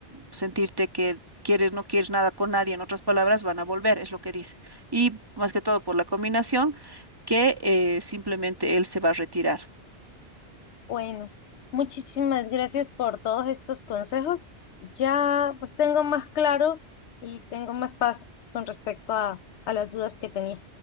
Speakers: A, on the right; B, on the left.
A: sentirte que quieres, no quieres nada con nadie, en otras palabras, van a volver, es lo que dice. Y más que todo por la combinación que eh, simplemente él se va a retirar.
B: Bueno, muchísimas gracias por todos estos consejos. Ya pues tengo más claro y tengo más paz con respecto a, a las dudas que tenía.